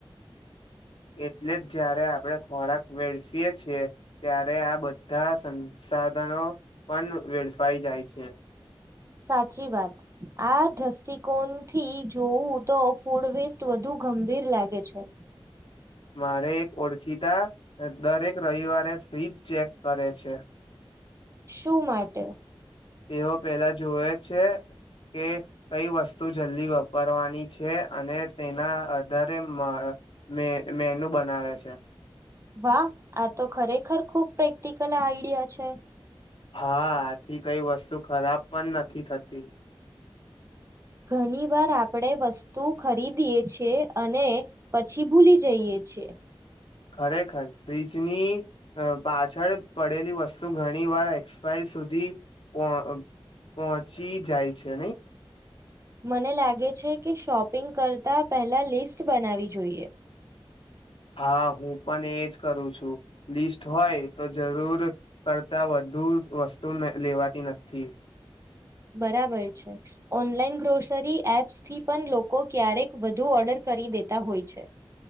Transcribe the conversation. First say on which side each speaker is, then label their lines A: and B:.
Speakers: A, on the left; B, on the right.
A: એટલે જ જ્યારે આપણે ખોરાક વેડફીએ છેીએ ત્યારે આ બધા સંસાધનો પણ વેડફાઈ જાય છે
B: સાચી વાત આ દ્રષ્ટિકોણથી જોવું તો ફૂડ વેસ્ટ વધુ ગંભીર લાગે છે
A: મારે એક ઓળખીતા દરેક રવિવારે ફ્રિજ ચેક કરે છે
B: શું માટે
A: તેઓ પહેલા જોવે છે કે કઈ વસ્તુ જલ્દી વાપરવાની છે અને તેના આધારે મે મેનુ બનાવે છે
B: વાહ આ તો ખરેખર ખુબ પ્રેક્ટિકલ આઈડિયા છે
A: હા આથી કઈ વસ્તુ ખરાબ પણ નથી થતી
B: ઘણી વાર આપણે વસ્તુ ખરીદીએ છેએ અને પછી ભૂલી જઈએ છેએ
A: ખરેખર ફ્ર્રીજની પાછળ પડેલી વસ્તુ ઘણી વાર એક્સપાયર સુધી પહોંચી જાય છે નહી
B: મને લાગે છે કે શોપિંગ કરતાં પહેલા લિસ્ટ બનાવી જોઈએ
A: હા હું પણ એ જ કરું છું લિસ્ટ હોય તો જરૂર કરતા વધુ વસ્તુ લેવાતી નથી
B: બરાબર છે ઓનલાઈન ગ્રોસરી એપ્સથી પણ લોકો ક્યારેક વધુ ઓર્ડર કરી દેતા હોય છે